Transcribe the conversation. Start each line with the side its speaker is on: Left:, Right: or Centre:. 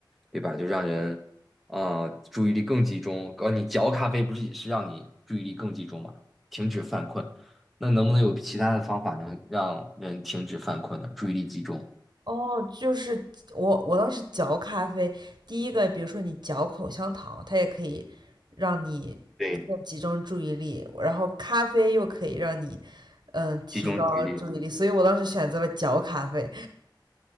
Centre: 对吧？就让人啊、呃注意力更集中。呃，你嚼咖啡不是也是让你注意力更集中嘛，停止犯困。那能不能有其他的方法能让人停止犯困呢？注意力集中。
Right: 哦，就是我我当时嚼咖啡，第一个比如说你嚼口香糖，它也可以让你更集中注意力，
Centre: 对，
Right: 然后咖啡又可以让你嗯提高注意力，
Centre: 集中注意力。
Right: 所以我当时选择了嚼咖啡。